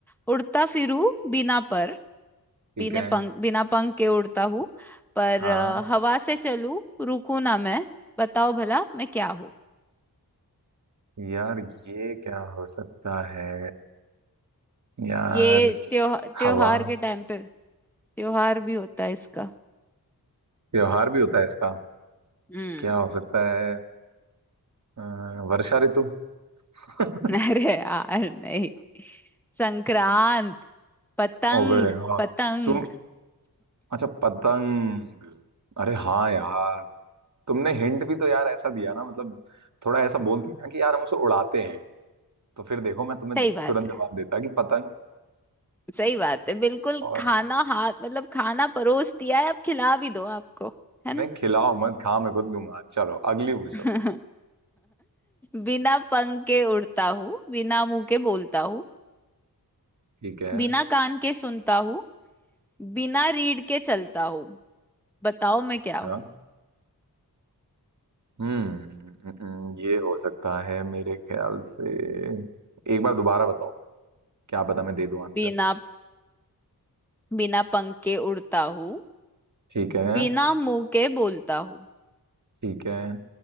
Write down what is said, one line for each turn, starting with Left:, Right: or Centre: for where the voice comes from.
Centre: उड़ता फिरूं बिना पर
Right: ठीक
Centre: बिना
Right: है
Centre: पंख बिना पंख के उड़ता हूँ पर
Right: हाँ
Centre: अ, हवा से चलूं रुकू ना मैं बताओ भला मैं क्या हूँ
Right: यार ये क्या हो सकता है यार
Centre: ये त्योह, त्योहार
Right: हवा
Centre: के टाइम पे त्योहार भी होता है इसका
Right: त्योहार भी होता है इसका
Centre: हम्म
Right: क्या हो सकता है अ, वर्षा ऋतु <laughs>
Centre: <laughs> अरे यार नहीं संक्रांत पतंग
Right: ओबे हाँ
Centre: पतंग
Right: तुम अच्छा पतंग अरे हाँ यार तुमने हिंट भी तो यार ऐसा दिया ना मतलब थोड़ा ऐसा बोलती ना कि यार हम उसे उड़ाते हैं तो फिर देखो मैं तुम्हें
Centre: सही बात
Right: तुरंत जवाब
Centre: है
Right: देता कि पतंग
Centre: सही बात है बिल्कुल
Right: और
Centre: खाना
Right: क्या
Centre: हाथ मतलब खाना परोस दिया है अब खिला भी दो आपको है ना
Right: नहीं खिलाओ मत खा मैं खुद लूंगा चलो अगली पूछो
Centre: <laughs> बिना पंख के उड़ता हूँ बिना मुंह के बोलता हूँ
Right: ठीक है
Centre: बिना कान के सुनता हूँ बिना रीढ़ के चलता हूँ बताओ मैं
Right: अच्छा
Centre: क्या हूँ
Right: हम्म हम्म, हम्म, ये हो सकता है मेरे ख्याल से एक बार दोबारा बताओ क्या पता मैं दे दूं आंसर
Centre: बिना बिना पंख के उड़ता हूँ
Right: ठीक है
Centre: बिना मुंह के बोलता हूँ
Right: ठीक है